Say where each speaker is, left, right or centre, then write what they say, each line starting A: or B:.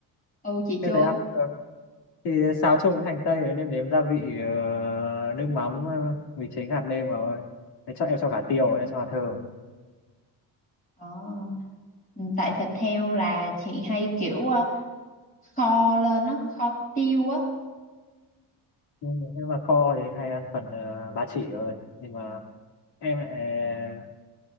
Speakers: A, on the left (about 20°); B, on the left (about 80°).
A: ừ chị
B: em
A: chưa
B: thấy ăn ờ, thì xào chung với hành tây nêm nếm gia vị ờ, nước mắm ờ, mì chính hạt nêm vào Thế cho em cho cả tiêu em cho hạt thường
A: ờ Ừ, tại thịt heo là chị hay kiểu ờ, kho lên á kho tiêu á
B: Ừ, nhưng mà kho thì hay ăn phần ờ, ba chỉ hơn nhưng mà em lại ờ,